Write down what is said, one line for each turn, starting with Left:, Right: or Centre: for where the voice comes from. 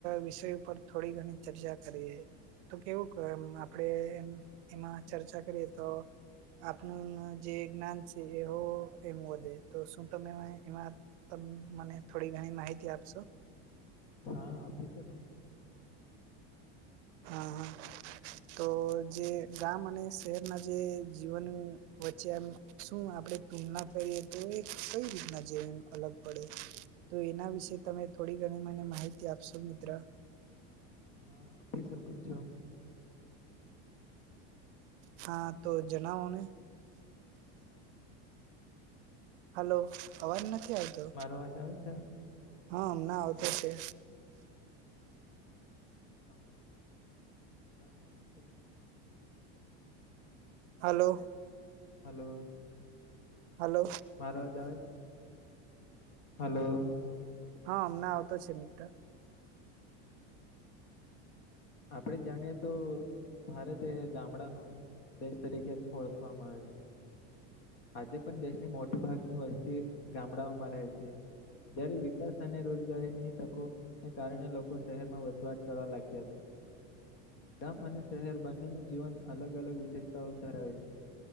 Right: વિષય ઉપર થોડી ઘણી ચર્ચા કરીએ. તો કેવુંક એમ આપડે એમ એમાં ચર્ચા કરીએ તો આપનું જે જ્ઞાન છે એ હો એમ વધે તો શું તમે એમાં તમ મને થોડી ઘણી માહિતી આપશો.
Left: હા આપી શકું છું.
Right: હા હા. તો જે ગામ અને શહેરના જે જીવન વચ્ચે આમ શું આપણે તુલના કરીએ તો એ કઈ રીતના જીવન અલગ પડે? તો એના વિશે તમે થોડી ઘણી મને માહિતી આપશો મિત્ર.
Left: હા આપી શકુ છું.
Right: હા તો જણાવોને.
Left: <inaudible>
Right: હલો અવાજ નથી
Left: હલો
Right: આવતો
Left: મારો અવાજ આવે છે
Right: હા હમણાં આવતો છે.
Left: હા તો સાંભળો. ગામ અને શહેરની તુલના વચ્ચે તેને <unintelligible>
Right: હલો
Left: હલો
Right: હલો
Left: મારો અવાજ આવે છે?
Right: હાલો
Left: હલો
Right: હા અમણાં આવતો છે મિત્ર.
Left: આપડે જાણીએ તો ભારત એ ગામડાનું દેશ તરીકે ઓળખવામાં આવે છે. આજે પણ દેશ ની મોટી ભાગની વસ્તી ગામડાઓમાં રહે છે. જયારે વિકાસ અને રોજગારીની તકોને કારણે લોકો શહેરમાં વસવાટ કરવા લાગ્યા છે. ગામ અને શહેર બંનેનું જીવન અલગ અલગ વિશેષતાઓ ધરાવે છે.